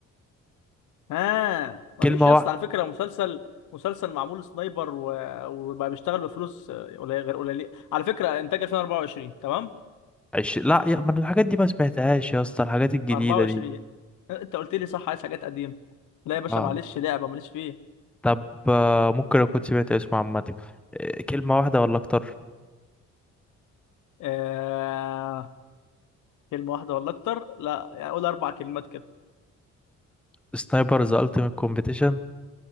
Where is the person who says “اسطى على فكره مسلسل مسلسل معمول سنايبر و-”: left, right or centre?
Left